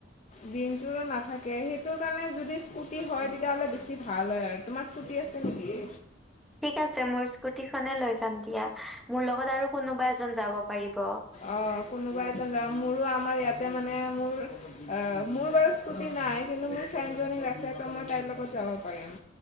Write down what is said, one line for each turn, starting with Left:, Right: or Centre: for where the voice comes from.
Left: দিনটো নাথাকে সেইটো কাৰণে যদি স্কুটি হয় তেতিয়াহ'লে বেছি ভাল হয়। আৰু তোমাৰ স্কুটি আছে নেকি?
Centre: <inaudible> ঠিক আছে মোৰ স্কুটি খনে লৈ যাম দিয়া মোৰ লগত আৰু কোনোবা এজন যাব পাৰিব।
Left: অ কোনোবা এজন যাব মোৰো আমাৰ ইয়াতে মানে মোৰ- মোৰ বাৰু স্কুটি নাই কিন্তু মোৰ ফ্ৰেণ্ডজনী আছে ত' মই তাইৰ লগত যাব পাৰিম।